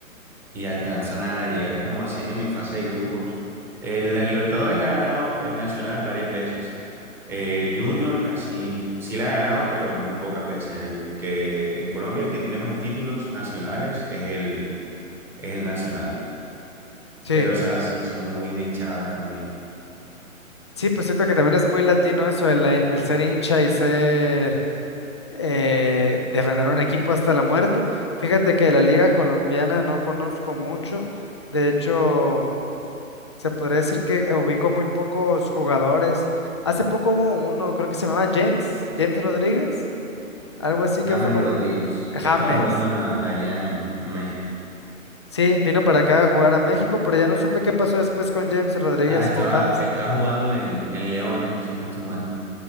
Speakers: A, in the centre; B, on the left.
A: y alcanzan a llegar como a semi, fase de grupos. Eh, la Libertadores la ha ganado el Nacional varias veces. Eh, el Junior casi sí la ha ganado, pero muy pocas veces. El que en Colombia el que tiene más títulos nacionales es el, es el Nacional.
B: Sí,
A: Pero o sea, sí son muy de hinchadas también.
B: sí, pues siento que también es muy latino eso, el, el ser hincha y ser eh, defender un equipo hasta la muerte. Fíjate que la liga colombiana no conozco mucho. De hecho... Se podría decir que ubico muy pocos jugadores. Hace poco hubo uno, creo que se llamaba James, James Rodríguez, algo así
A: James
B: que fue como
A: Rodríguez,
B: James.
A: que estaba jugando en a- allá en México.
B: Sí, vino para acá a jugar a México, pero ya no supe qué pasó después con James Rodríguez,
A: Ah, estaba,
B: con James.
A: estaba jugando en, en Leones, si no estoy mal.